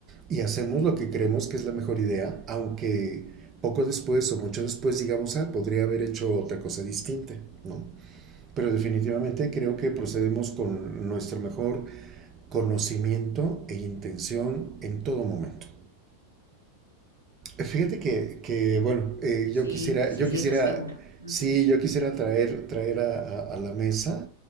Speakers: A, on the right; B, on the left.
A: y hacemos lo que creemos que es la mejor idea, aunque poco después o mucho después digamos, ah, podría haber hecho otra cosa distinta, ¿no? Pero definitivamente creo que procedemos con
B: Ujú.
A: nuestro mejor conocimiento e intención en todo momento. Fíjate que, que bueno, eh,
B: Sí,
A: yo quisiera,
B: sí,
A: yo
B: sí,
A: quisiera,
B: eso es seguro. Ujú.
A: sí, yo quisiera traer, traer a, a- a la mesa,